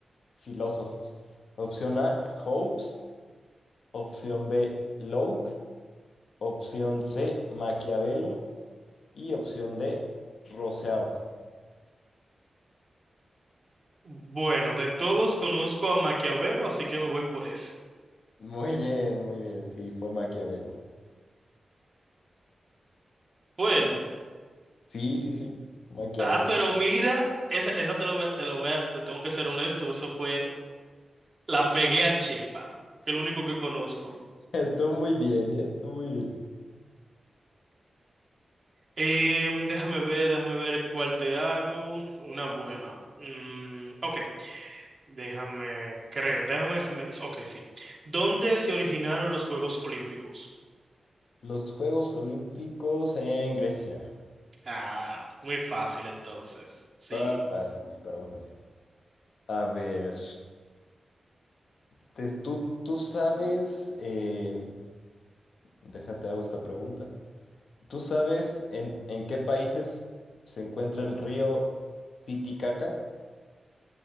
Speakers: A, on the left (about 75°); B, on the right (about 45°).
A: filósofos. Opción A, Hobbes. Opción B, Locke. Opción C, Maquiavelo. Y opción D, Rousseau.
B: Bueno, de todos conozco a Maquiavelo, así que me voy por ese.
A: Muy bien, muy bien. Sí, fue Maquiavelo.
B: Fue él.
A: Sí, sí, sí, Maquiavelo.
B: Ah, pero mira, esa, esa te lo voy a, te lo voy a- te tengo que ser honesto, eso fue, la pegué a Chepa, que es lo único que conozco.
A: <laughs> Tú muy bien, ¿eh? Tú muy bien.
B: Em, déjame ver, déjame ver cuál te hago. Una buena. Mm, ok. Déjame, creo, déjame ver si me... Ok, sí. ¿Dónde se originaron los Juegos Olímpicos?
A: Los Juegos Olímpicos en Grecia.
B: Ah, muy fácil entonces. Sí.
A: Estaba fácil, estaba fácil. A ver, te- tú, tú sabes, eh, déjate hago esta pregunta. ¿Tú sabes en, en qué países se encuentra el río Titicaca?